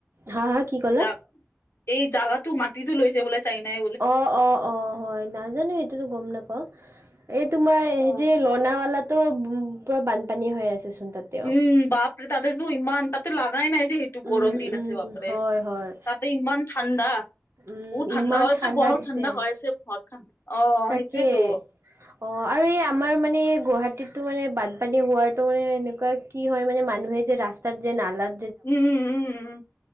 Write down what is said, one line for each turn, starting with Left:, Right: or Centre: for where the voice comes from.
Right: হা হা কি ক'লে
Left: জা এই জাগাটো মাটিতো লৈছে বলে চাই নাই।
Right: অ, অ, অ, হয় নাজানো সেইটোতো গম নাপাও এই তোমাৰ
Left: অ।
Right: যে লনাৱালাত। তো পুৰা বানপানী হৈ আছেচোন তাত।
Left: উম, বাপৰে ততেতো ইমান তাততেো ল লগাগাই নাই যে। টো গৰম
Right: উম
Left: দিন
Right: উম
Left: আছে বাপৰে
Right: হয় হয়
Left: তাতে ইমান ঠাণ্ডা।
Right: উম
Left: ব ঠাণ্ডা
Right: ইমান
Left: হৈছে বৰত
Right: দিছে।
Left: ঠাণ্ডা আছে বতঠা অ
Right: তাকে
Left: সেইটোয়েতো
Right: অ, আৰু এই আমাৰ মানে গুৱাহাটীতো মানে বানপানী হোৱাটো মানে এনেকুৱা কি হয় মানে মানুহে যে ৰাস্তাৰ যে নালাৰ।
Left: উম, উম, উম,